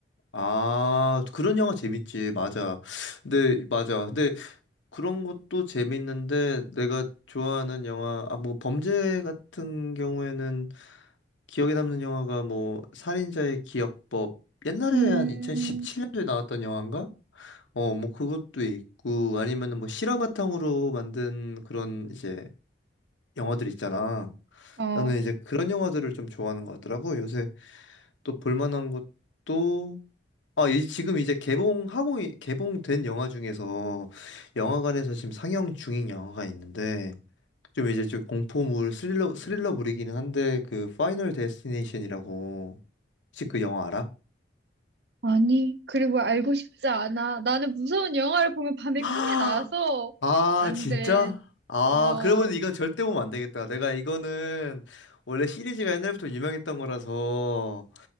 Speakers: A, on the left (about 85°); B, on the right (about 60°).
A: 아, 그런 영화 재밌지. 맞아. 근데, 맞아. 근데 그런 것도 재밌는데 내가 좋아하는 영화 아 뭐 범죄 같은 경우에는 기억에 남는 영화가 뭐 살인자의 기억법 옛날에
B: 음,
A: 한 2017년도에 나왔던 영화인가? 어 뭐 그것도 있고 아니면은 뭐 실화 바탕으로 만든 그런 이제 영화들 있잖아.
B: 어,
A: 나는 이제 그런 영화들을 좀 좋아하는 것 같더라고. 요새 또 볼만한 것도 아, 이, 지금 이제 개봉하고, 이- 개봉된 영화 중에서 영화관에서 지금 상영 중인 영화가 있는데, 좀 이제 좀 공포물 스릴러 스릴러물이기는 한데 그 파이널 데스티네이션이라고 혹시 그 영화
B: 아니. 그리고 알고 싶지 않아. 나는 무서운 영화를 보면 밤에
A: 알아?
B: 꿈에 나와서
A: 아,
B: 안
A: 진짜?
B: 돼.
A: 아,
B: 어.
A: 그러면 이건 절대 보면 안 되겠다. 내가 이거는 원래 시리즈가 옛날부터 유명했던 거라서